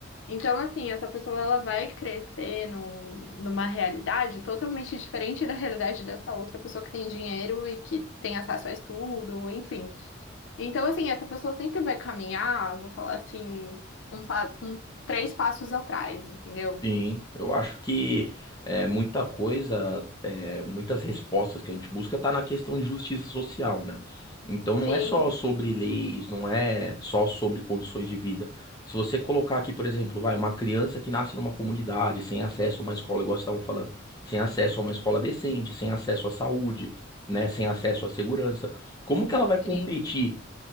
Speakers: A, on the left (about 60°); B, on the left (about 20°).
A: Então, assim, essa pessoa ela vai crescer num, numa realidade totalmente diferente da realidade dessa outra pessoa que tem dinheiro e que tem acesso a estudo, enfim. Então, assim, essa pessoa sempre vai caminhar, vou falar assim, um, pa- com três passos atrás, entendeu?
B: Sim, eu acho que é, muita coisa, é, muitas respostas que a gente busca tá na questão de justiça social, né? Então não
A: Sim,
B: é só sobre leis, não é só sobre condições de vida. Se você colocar aqui, por exemplo, vai, uma criança que nasce numa comunidade, sem acesso a uma escola, igual você estava falando, sem acesso a uma escola decente, sem acesso à saúde, né, sem acesso à segurança, como que ela vai competir?
A: sim,